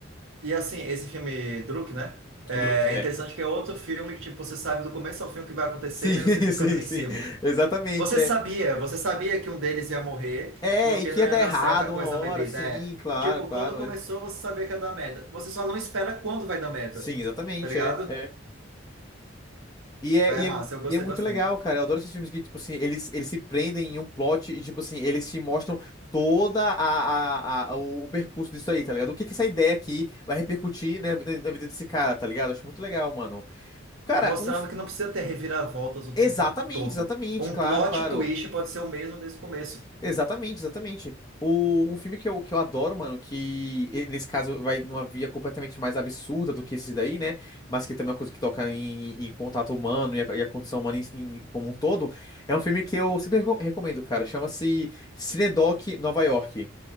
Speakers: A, on the right; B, on the left.
A: e assim, esse filme Druk, né? É
B: O Druk, é.
A: é interessante que é outro filme que, tipo, você sabe do começo ao fim o que vai acontecer,
B: Sim,
A: e mesmo
B: <laughs>
A: assim você
B: sim,
A: fica apreensivo.
B: sim. Exatamente,
A: Você sabia,
B: é.
A: você sabia que um deles ia morrer
B: É,
A: porque
B: e que
A: não
B: ia
A: ia
B: dar
A: dar
B: errado
A: certa coisa
B: uma hora,
A: da bebida.
B: sim,
A: É,
B: claro,
A: tipo,
B: claro,
A: quando começou
B: é.
A: você sabia que ia dar merda. Você só não espera quando vai dar merda,
B: Sim, exatamente,
A: tá ligado?
B: é, é. E é,
A: Mas
B: e
A: é massa,
B: é,
A: eu gostei
B: e é muito
A: bastante.
B: legal, cara. Eu adoro esses filmes que, tipo assim, eles, eles se prendem em um plot e, tipo assim, eles te mostram toda a, a, a- o, o percurso disso aí, tá ligado? O que que essa ideia aqui vai repercutir, né, na, na vida desse cara, tá ligado? Acho muito legal, mano. Cara,
A: Mostrando
B: um... f-
A: que não precisa ter reviravoltas o
B: Exatamente,
A: tempo todo.
B: exatamente,
A: Um
B: claro,
A: plot
B: claro.
A: twist pode ser o mesmo desde o começo.
B: Exatamente, exatamente. O, um filme que eu, que eu adoro, mano, que e- nesse caso vai numa via completamente mais absurda do que esse daí, né? Mas que também é uma coisa que toca em, em contato humano e a, e a condição humana em, em- como um todo. É um filme que eu sempre reco- recomendo, cara. Chama-se Cinedoc Nova York.